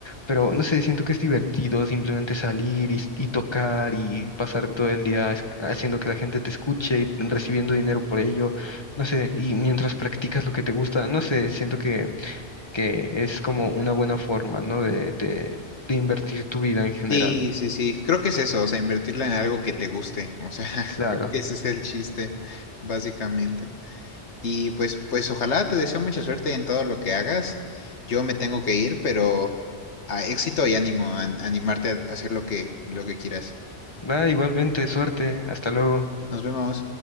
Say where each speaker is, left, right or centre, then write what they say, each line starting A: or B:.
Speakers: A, on the left; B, on the left.
A: pero no sé, siento que es divertido simplemente salir y, y tocar y pasar todo el día es- haciendo que la gente te escuche y recibiendo dinero por ello, no sé, y mientras practicas lo que te gusta, no sé, siento que, que es como una buena forma, ¿no? De, de, de invertir tu vida en general.
B: Sí, sí, sí, creo que es eso, o sea, invertirla en algo que te guste, o sea, <laughs>
A: Claro.
B: creo que ese es el chiste, básicamente. Y pues, pues ojalá te deseo mucha suerte en todo lo que hagas. Yo me tengo que ir, pero a éxito y ánimo, a, animarte a hacer lo que, lo que quieras.
A: Va, igualmente, suerte. Hasta luego.
B: Nos vemos.